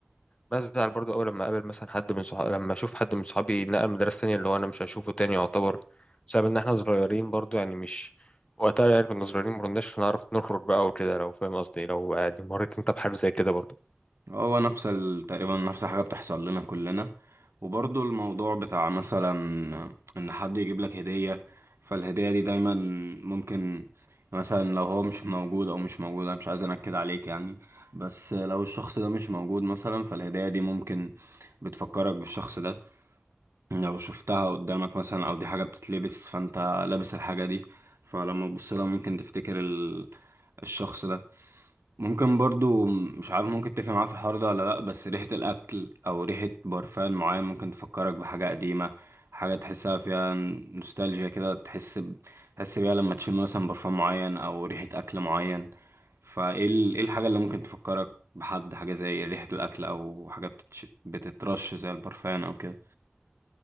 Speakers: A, on the left; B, on the right.
A: بزعل برضو أول لما أقابل مثلا حد من صحابي لما أشوف حد من صحابي نقل مدرسة تانية اللي هو أنا مش هشوفه تاني يعتبر بسبب إن إحنا صغيرين برضو يعني مش وقتها يعني كنا صغيرين مكناش هنعرف نخرج بقى وكده لو فاهم قصدي لو يعني مريت أنت بحاجة زي كده برضو
B: هو نفس ال... تقريبا نفس الحاجة بتحصل لنا كلنا وبرضو الموضوع بتاع مثلا إن حد يجيب لك هدية فالهدية دي دايما ممكن مثلا لو هو مش موجود أو مش موجود أنا مش عايز أنكد عليك يعني بس لو الشخص ده مش موجود مثلا فالهدية دي ممكن بتفكرك بالشخص ده لو شفتها قدامك مثلا أو دي حاجة بتتلبس فأنت لابس الحاجة دي فلما تبص لها ممكن تفتكر ال... الشخص ده ممكن برضو مش عارف ممكن تتفق معاه في الحوار ده ولا لأ بس ريحة الأكل أو ريحة برفان معين ممكن تفكرك بحاجة قديمة حاجة تحسها فيها نوستالجيا كده تحس ب... تحس بيها لما تشم مثلا برفان معين أو ريحة أكل معين فإيه ال... إيه الحاجة اللي ممكن تفكرك بحد حاجة زي ريحة الأكل أو حاجة بتتش... بتترش زي البرفان أو كده